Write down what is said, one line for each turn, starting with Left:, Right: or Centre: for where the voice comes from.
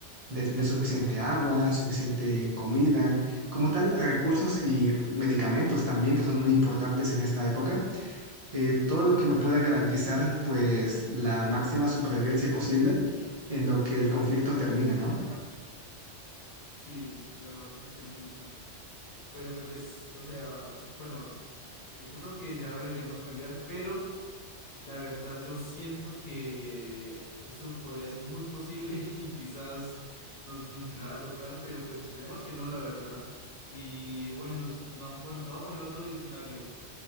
Right: de tener suficiente agua, suficiente comida, como tal, recursos y pues, medicamentos también que son muy importantes en esta época, Eh, todo lo que me pueda garantizar pues la máxima supervivencia posible en lo que el conflicto termina, ¿no?
Left: Sí, la verdad te entiendo mucho. Pero pues, o sea, es, bueno, eh, yo creo que ya deberíamos cambiar, pero la verdad yo siento que esto podría ser muy posible <laughs> y quizás nos, nos llegara a tocar, pero pues esperemos que no, la verdad. Y bueno, supongamos, bueno, te voy a poner otro escenario.